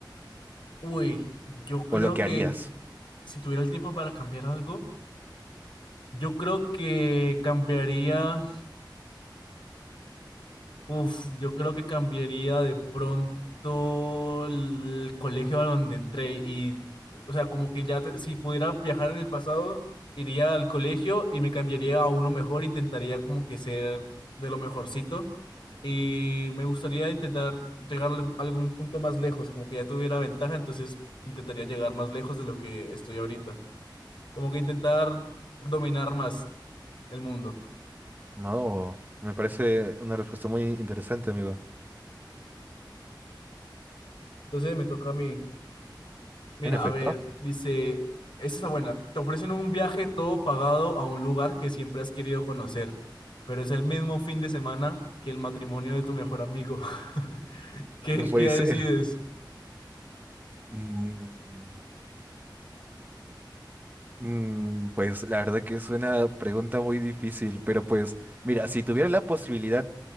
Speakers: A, on the left; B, on the right.
A: Uy, yo creo
B: ¿O lo que
A: que
B: harías?
A: si tuviera el tiempo para cambiar algo, yo creo que cambiaría Uf, yo creo que cambiaría de pronto el colegio a donde entré y, o sea, como que ya te- si pudiera viajar en el pasado, iría al colegio y me cambiaría a uno mejor, intentaría como que ser de lo mejorcito y me gustaría intentar llegar a algún algún punto más lejos, como que ya tuviera ventaja, entonces intentaría llegar más lejos de lo que estoy ahorita, como que intentar dominar más el mundo.
B: No, me parece una respuesta muy interesante, amigo.
A: Entonces me toca a mí. Mira,
B: En efecto,
A: a ver, dice, esa es la buena. Te ofrecen un viaje todo pagado a un lugar que siempre has querido conocer, pero es el mismo fin de semana que el matrimonio de tu mejor amigo. <laughs> ¿Qué,
B: no puede
A: qué
B: ser.
A: decides?
B: Mm, mm, pues la verdad que es una pregunta muy difícil, pero pues, mira, si tuviera la posibilidad